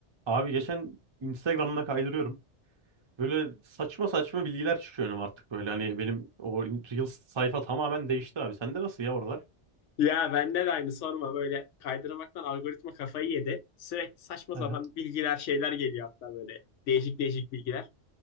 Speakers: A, on the right; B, on the left.
A: Abi geçen Instagram'ına kaydırıyorum. Böyle saçma saçma bilgiler çıkıyor önüme artık böyle. Hani benim o Reels sayfa tamamen değişti abi. Sende nasıl ya oralar?
B: Ya bende de aynı sorma böyle kaydırmaktan algoritma kafayı yedi. Sürekli saçma
A: Aha.
B: sapan bilgiler şeyler geliyor hatta böyle değişik değişik bilgiler.